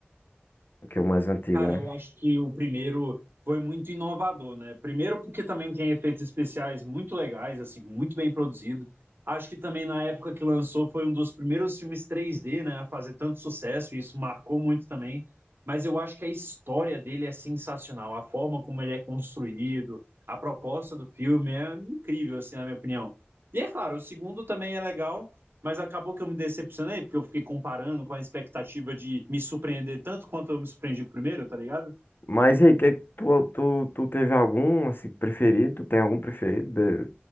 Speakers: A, on the left (about 55°); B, on the right (about 60°).
A: que é o mais antigo,
B: Cara,
A: né?
B: eu acho que o primeiro foi muito inovador, né? Primeiro porque também tem efeitos especiais muito legais, assim, muito bem produzido. Acho que também na época que lançou foi um dos primeiros filmes 3D, né, a fazer tanto sucesso, e isso marcou muito também. Mas eu acho que a história dele é sensacional, a forma como ele é construído, a proposta do filme é incrível, assim, na minha opinião. E é claro, o segundo também é legal, mas acabou que eu me decepcionei, porque eu fiquei comparando com a expectativa de me surpreender tanto quanto eu me surpreendi primeiro, tá ligado?
A: Mas e aí, que, tu, tu, tu teve algum, assim, preferido? Tu tem algum preferido de-